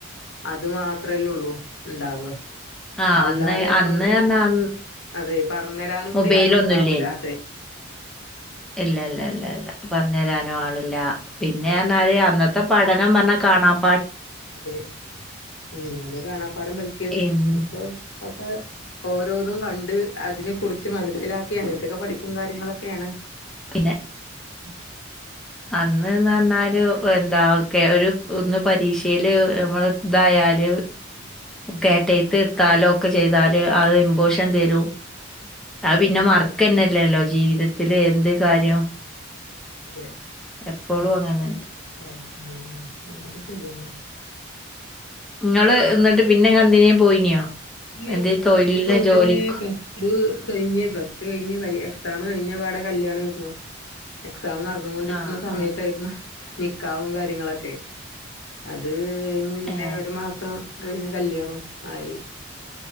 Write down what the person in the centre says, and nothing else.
ആ
അന്ന്
അന്ന് പറഞ്ഞാൽ
മൊബൈലൊന്നും
ഇല്ലേ
ഇല്ല ഇല്ല ഇല്ല ഇല്ല പറഞ്ഞു തരാനും ആള് ല്ലാ പിന്നെ എന്നാല് അന്നത്തെ പഠനം പറഞ്ഞാൽ കാണാം
ഇൻ-
പിന്നെ
അന്നിന്ന് പറഞ്ഞാല് എന്താ ഒരു ഒന്ന് പരീക്ഷയില് നമ്മള് ഇതായല് കേട്ടയത്ത് എടുത്താലും ഒക്കെ ചെയ്താല് അത് ഇമ്പോഷൻ തരും ആ പിന്നെ
മർക്കന്നല്ലല്ലോ
ജീവിതത്തില് എന്ത് കാര്യവും
എപ്പോഴും അങ്ങനന്നേ
നിങ്ങള് എന്നിട്ട് പിന്നെ ക <unintelligible> പോയിനിയോ
എന്തേ
തൊഴിലിന്
ജോലിക്കോ
ആ
ആ
ഏ